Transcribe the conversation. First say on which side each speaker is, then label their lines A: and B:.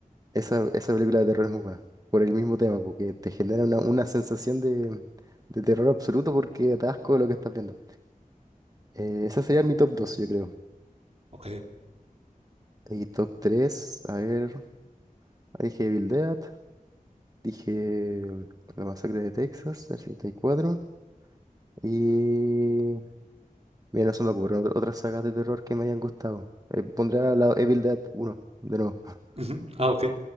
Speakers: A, on the right (about 25°); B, on the right (about 45°).
A: Esa, esa película de terror es muy buena, por el mismo tema, porque te genera una, una sensación de, de terror absoluto porque da asco lo que estás viendo. Eh, esa sería mi top dos yo creo.
B: Ok.
A: Y top tres a ver, dije Evil Dead, dije La Masacre de Texas, del setenta y cuatro y Mira, no se me ocurren ot- otras sagas de terror que me hayan gustado. Eh, pondré al lado Evil Dead uno de nuevo. <laughs>
B: Ujú, Ah, ok.